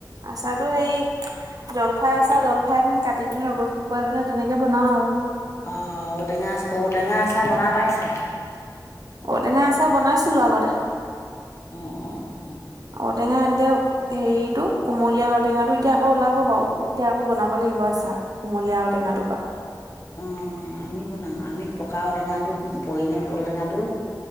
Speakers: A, on the right; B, on the left.
A: আচাৰটো হেৰি জলফাই আচাৰ জলফাইটো কাটি পিনে ৰ'দত শুকুৱাই পিনে তেনেকে বনাও আৰু।
B: অ', ঔটেঙা আচা ঔটেঙা আচাৰ বনাই পাইছা?
A: ঔটেঙা আচাৰ বনাইছিলোঁ আগতে।
B: অ', অ', অ',
A: ঔটেঙা এনেকে হেৰিটো কোমলীয়া ঔটেঙাটো এতিয়া আকৌ ওলাব বাৰু, এতিয়া আকৌ বনাব লাগিব আচাৰ কোমলীয়া ঔটেঙাটো পৰা।
B: অ' আমিও বনাও, আমি পকা ঔটেঙাটো পৰিণত ঔটেঙাটো